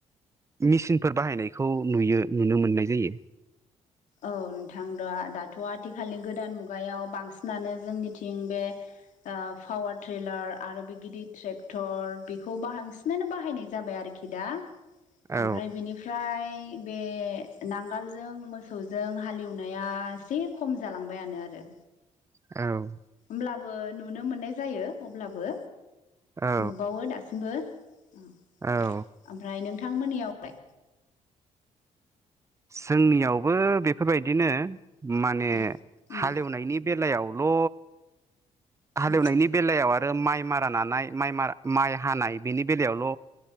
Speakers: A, on the right; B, on the left.
A: मिसिनफोर बाहायनायखौ नुयो नुनो मोननाय जायो
B: औ नोंथां। दा दाथ' आथिखालनि गोदान मुगायाव बांसिनानो जोंनिथिं बे पावार ट्रेलार आरो बे गिदिर ट्रेक्टर बेखौ बांसिनानो बाहायनाय जाबाय आरोखि खिदा
A: औ
B: ओमफ्राय निफ्राय बे नांगालजों मो मोसौजों हालेवनाया एसे खम जालांबायानो आरो
A: औ।
B: अब्लाबो नुनो मोननाय जायो अब्लाबो
A: औ
B: नुबावो दासिमबो औ
A: औ
B: ओमफ्राय नोंथांमोननियावलाय?
A: जोंनियावबो बेफोरबायदिनो माने
B: उम
A: हालेएवनायनि बेलायावल' हाल
B: उम
A: एवनायनि बेलायाव आरो माइ मारा नानाय माइ मारा माइ हानाय बेनि बेलायावल'